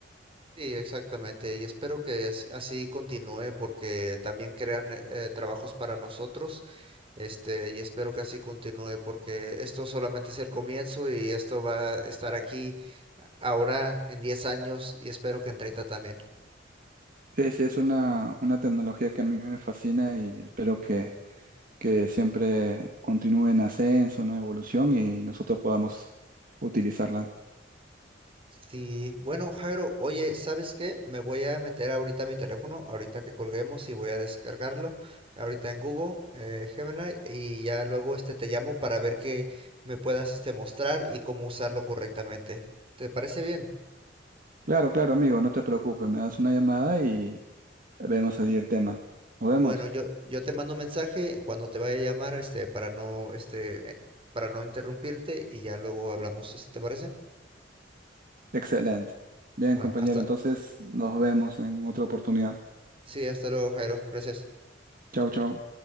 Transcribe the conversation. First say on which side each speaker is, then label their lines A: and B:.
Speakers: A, on the right; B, on the right.
A: Sí, exactamente. Y espero que así, así continúe porque también crean eh, trabajos para nosotros. Este, y espero que así continúe porque esto solamente es el comienzo y esto va a estar aquí ahora en diez años y espero que en 30 también.
B: Sí, sí, es una, una tecnología que a mí me fascina y espero que, que siempre continúe en ascenso, en evolución y nosotros podamos utilizarla.
A: Sí, bueno, Jairo, oye, ¿sabes qué? Me voy a meter ahorita a mi teléfono, ahorita que colguemos y voy a descargarlo, ahorita en Google, eh, Gemini, y ya luego este te llamo para ver que me puedas este mostrar y cómo usarlo correctamente. ¿Te parece bien?
B: Claro, claro, amigo, no te preocupes, me das una llamada y vemos allí el tema. ¿Nos vemos?
A: Bueno, yo, yo te mando mensaje cuando te vaya a llamar, este, para no, este, eh, para no interrumpirte y ya luego hablamos, ¿te parece?
B: Excelente. Bien,
A: Bueno,
B: compañero,
A: hasta,
B: entonces nos vemos en otra oportunidad.
A: sí, hasta luego, Jairo, gracias.
B: Chao, chao.